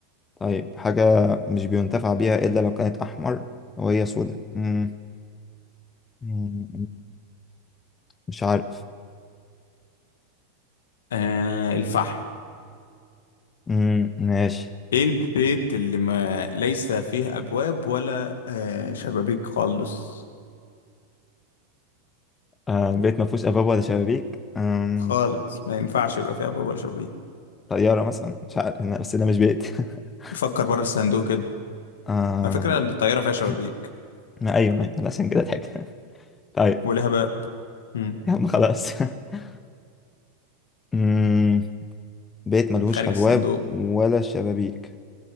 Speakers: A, on the left; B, on the left.
A: طيب حاجه مش بينتفع بيها الا لو كانت احمر وهي سودة مم، مم، مش عارف
B: آه الفحم
A: مم، ماشي
B: ايه البيت اللي ما ليس فيه ابواب ولا آه شبابيك خالص
A: آه بيت ما فيهوش ابواب ولا شبابيك آم،
B: خالص ما ينفعش يبقى فيه ابواب ولا شبابيك
A: طياره مثلا مش عارف لا، بس ده مش بيت <laughs>
B: فكر بره الصندوق كده
A: آم،
B: على فكرة الطيارة فيها شبابيك
A: <clears throat> ما ايوه ايوه عشان كده ضحك <laughs> طيب
B: ولها باب مم.
A: يا عم خلاص <laughs> مم، بيت ملهوش
B: خارج
A: أبواب
B: الصندوق
A: ولا شبابيك